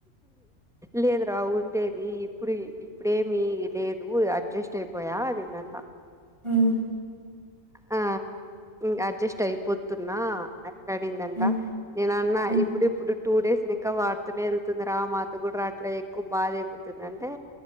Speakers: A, in the centre; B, on the right.
A: లేదు రా ఉండేది ఇప్పుడు ఇప్పుడేమిీ లేదు అర్జున్ ష్టయిపోయా అదిన్నందా
B: హ
A: ఆ ఇ అడ్జస్ట్ అయిపోతున్నా మాట్లాడిందంటా
B: హ్మ్.
A: నేన అన్నా
B: హ్మ్.
A: ఇప్పుడు ఇప్పుడు టూ డేస్ ఇంకా వాడుతూనే వెళ్తుంది రా మాత కూడా అట్లా ఎక్కువ బాధ అయిపోతుంది అంటే